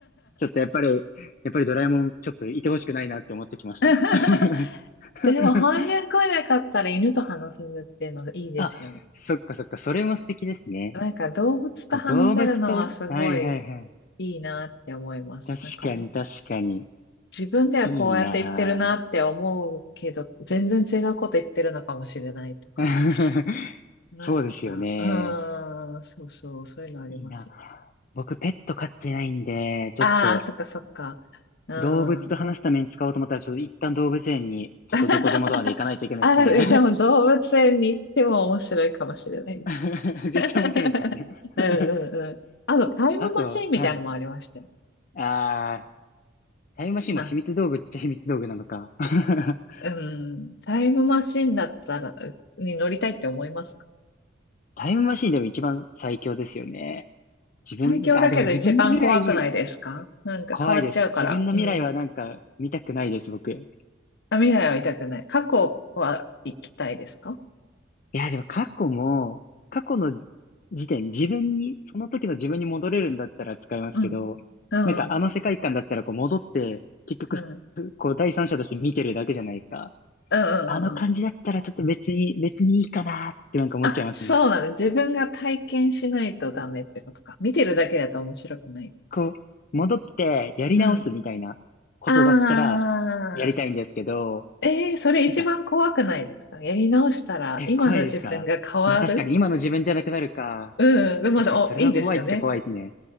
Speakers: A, on the left; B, on the left.
A: ちょっとやっぱり、やっぱりドラえもんちょっといてほしくないなって思ってきました。
B: <laughs>
A: <laughs>
B: でも翻訳来なかったら犬と話せるっていうのがいいですよね。
A: あ、そっかそっか、それも素敵ですね。
B: なんか動物と話せるのはすごい
A: 動物と、はいはいはい。
B: いいなって思います。
A: 確かに確かに。
B: なんかもう自分ではこうやって言ってるなって思うけど、
A: いいなぁ。
B: 全然違うこと言ってるのかもしれないとか。
A: <laughs>
B: なんか、
A: そうですよね。
B: うーん、そうそう、そういうのありますよ。
A: いいな。僕、ペット飼ってないんで、ちょっと、
B: ああ、そっかそっか。うーん。
A: 動物と話すために使おうと思ったら、ちょっと一旦動物園に、ちょっとどこでもドアで行かないといけないですね。
B: <laughs> あ、でも動物園に行っても面白いかもしれないですね。
A: <laughs> 絶対面白いですよね。
B: <laughs> うんうんうん。
A: <laughs>
B: あと、タイムマシンみたいなのもありましたよ。
A: あと、はい。あー、タイムマシンも秘密道具っちゃ秘密道具なのか。
B: な、
A: <laughs>
B: うん、タイムマシンだったら、に乗りたいって思いますか
A: タイムマシンでも一番最強ですよね。自分、
B: 最強だけど一番怖くないですかなんか変わっちゃうから。
A: あ、でも自分の未来、怖いです。自分の未来はなんか見たくないです、
B: うん。
A: 僕。
B: あ、未来は痛くない。過去は行きたいですか
A: いや、でも過去も、過去の時点、自分に、その時の自分に戻れるんだったら使いますけど、
B: うん。うんうん。
A: なんかあの世界観だったらこう戻って、結局、
B: うん。うん
A: こう第三者として見てるだけじゃないですか。
B: うんうんうん。
A: あの感じだったらちょっと別に、別にいいかなってなんか思っちゃいますね。
B: あ、そうなの。自分が体験しないとダメってことか。見てるだけだと面白くない。
A: こう、戻ってやり直すみたいなことだったらやりたいんですけど、
B: うん。ああ、えー、それ一番怖くないですかやり直したら今の自分が変わる
A: なんか、え、怖いですかまあ確かに今の自分じゃなくなるか。
B: うん。でもまだ、
A: 確かにそれは怖いっちゃ怖いですね。
B: お、いいですよね。